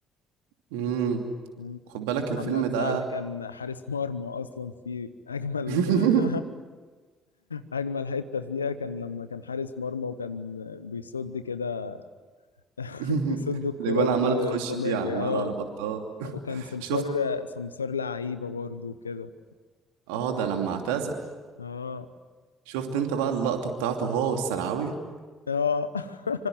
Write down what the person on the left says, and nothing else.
مم.
كان محمد
سعد كان حارس مرمى اصلا في اجمل
<laughs> اجمل حتة فيها كان لما كان حارس مرمى وكان بيصد كده <laughs>
بيصد الكرة
بكوميديا
اه
وكان سمسار
سمسار لعيبة برضو كده
اه
اه <laughs>